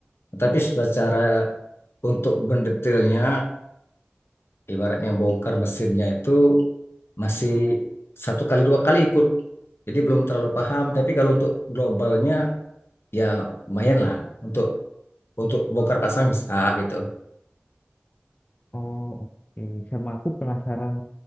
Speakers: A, on the left; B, on the left.
A: Tapi secara untuk mendetailnya ibaratnya bongkar mesinnya itu masih satu kali dua kali ikut. Jadi belum terlalu paham, tapi kalau untuk globalnya ya lumayan lah untuk untuk bongkar pasang bisa gitu.
B: Oh, oke. Sama aku penasaran